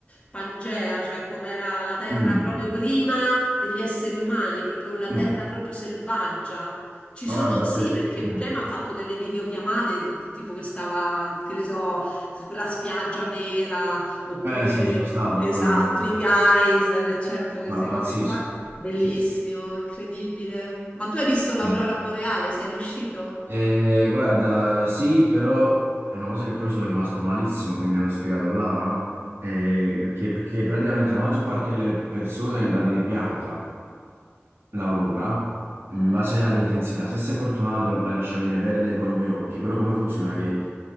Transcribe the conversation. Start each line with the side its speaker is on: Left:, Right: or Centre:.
Left: Pangea, cioè com'era la Terra
Right: mm,
Left: proprio prima degli esseri umani, proprio la Terra
Right: mm.
Left: proprio selvaggia. Ci
Right: Ma
Left: sono,
Right: guarda,
Left: sì,
Right: per...
Left: perché
Right: mm.
Left: lei mi ha fatto delle videochiamate che tipo che stava, che ne so, sulla spiaggia nera, oppure,
Right: Eh sì, ci sono stato,
Left: esatto,
Right: come no, come no.
Left: i geyser, eccetera, queste
Right: No, è pazzesco,
Left: cose qua. Bellissimo,
Right: pazzesco.
Left: incredibile. Ma tu hai visto l'aurora
Right: Eh,
Left: boreale? Sei riuscito?
Right: eh, guarda, sì, però è una cosa che poi sono rimasto malissimo, che mi hanno spiegato là, no? Eh, che, che praticamente la maggior parte delle persone la vede bianca. l'aurora, in base all'intensità, se sei fortunato la riesci a vedere verde con i tuoi occhi, però come funziona che